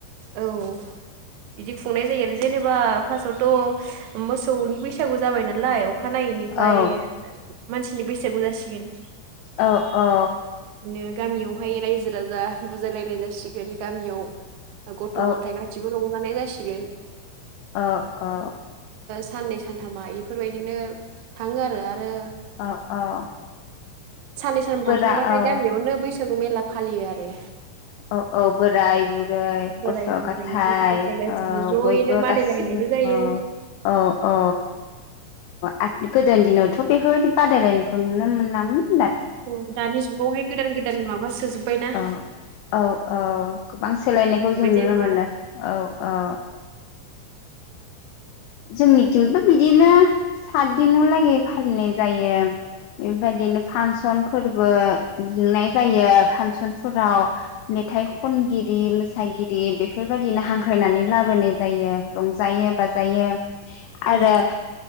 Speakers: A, on the right (about 75°); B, on the left (about 80°).
A: औ बिदि खुंनाय जायो आरो जेनेबा फास्ट आवथ' मोसौनि बैसागु जाबाय नालाय अखानायैनिफ्राय
B: औ
A: मानसि नि बैसागु जासिगोन।
B: औ औ।
A: बिदिनो गामियावहाय रायजो राजा बुजायलायनाय जासिगोन गामियाव गथ'
B: औ
A: गथाय गासिबो रंजानाय जासि गोन
B: औ औ।
A: साननै सानथामा इफोरबायदिनो थांङो आरो आरो
B: औ औ।
A: साननै साननाम थांखांबाथाय
B: बोरा औ
A: गामियावनो बैसागु मेला फालियो आरो।
B: औ औ बोराय बुर रै
A: बोराय
B: गथ'
A: बुरै
B: गाथाय
A: गथ' गथाय गासिबो
B: औ
A: ज'यैनो
B: बयबो
A: बादायलायनायबो
B: गासिबो
A: जायो
B: अ औ औ आ <unintelligible> गोदोनि दिनावथ' बेफोरबादि बादायलायनायखौ नुनो मोनामोन।
A: औ दानि जुगावहाय गोदान गोदान माबा सोजोबबायना।
B: औ औ औ गोबां सोलायनायखौ जों
A: जेनेबा
B: नुनो मोनो औ औ। जोंनिथिंबो बिदिनो सात दिनाव लागै फालिनाय जायो बेबायदिनो फांसन फोरबो जुनाय जायो फांसनफोराव मेथाइ खनगिरि मोसागिरि बेफोरबादिनो हांख्रायनानै लाबोनाय जायो। रंजायो-बाजायो। आरो
A: उम